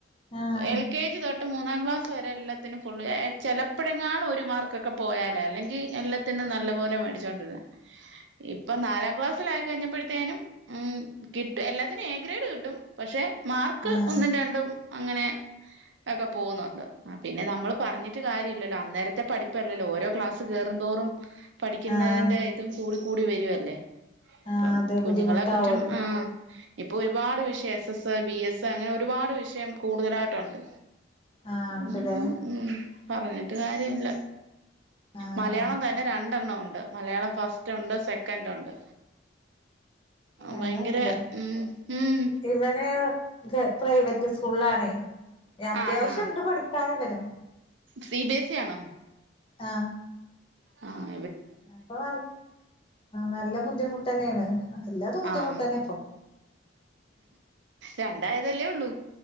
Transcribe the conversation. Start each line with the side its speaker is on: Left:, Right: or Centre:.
Left: ആഹ്
Right: എൽ കെ ജി തൊ മൂന്നാം ക്ലാസ് വരെല്ലത്തിനും ഫുള് ചിലപ്പോഴെങ്ങും ഒരു മാർക്കൊക്കെ പോയാൽ അല്ലെങ്കിൽ എല്ലാത്തിനും നല്ല പോോലെ മേടിച്ചൊണ്ടിരുന്ന ഇപ്പൊ നാലാം ക്ലാസ്സിലയി കഴിഞ്ഞപ്പോഴത്തേനും ഉ കിട്ടും എല്ലാത്തിനും എ ഗ്രേഡ് കിട്ടും പക്ഷെ മാർക്ക്
Left: ആഹ്
Right: ഒന്നും രണ്ടും അങ്ങനെ ഒക്കെ പോകുന്നുണ്ട് പിന്നെ നമ്മൾ പറഞ്ഞിട്ട് കാര്യല്ലല്ലോ അന്നേരത്തെ പഠിപ്പല്ലല്ലോ ഓരോ ക്ലാ കേറുന്തോറും പഠിക്കുന്നതിന്റെറ്റും
Left: ആഹ്
Right: കൂടു കൂടി വരുവല്ലേ
Left: ആഹ്
Right: അപ്പം
Left: അതെ
Right: കുഞ്ഞുങ്ങളെ
Left: ബുദ്ധിമുട്ടാവോലോ
Right: കുറ്റം ആ ഇപ്പൊ ഒരുപാട് വിഷയം എസ് എസ് ബി എസ് അങ്ങനെ ഒരുപാട് വിഷയം കൂടുതലായിട്ടുണ്ട്
Left: ആഹ് ഇണ്ട്ല്ലേ
Right: ഉ ഉ പറഞ്ഞിട്ട് കാര്യല്ല
Left: ആഹ്
Right: മലയാളം തന്നെ രണ്ടെണ്ണണം ഉ ണ്ട് മലയള ഫസ്റ്റ് ഉണ്ട് സെക്കന്റ് ഉണ്ട് ഭയങ്കര
Left: അങ്ങനെണ്ട്ല്ലേ
Right: ഉം ഉം
Left: ഇവന് പ്രൈവറ്റ് സ്കൂളാണേ ഞാൻ അത്യാവശ്യംണ്ട്
Right: ആഹ് ആഹ്
Left: പഠിക്കാനും വനും
Right: സി ബിഎസി ആണോ
Left: ആ
Right: ആ
Left: അപ്പൊ നല്ല ബുദ്ധിമുട്ടന്നെയാണ് എല്ലാതും ബുദ്ധിമുട്ട്
Right: ആഹ്
Left: തന്നെ ഇപ്പൊ
Right: രണ്ടായതല്ലേ ഉള്ളൂ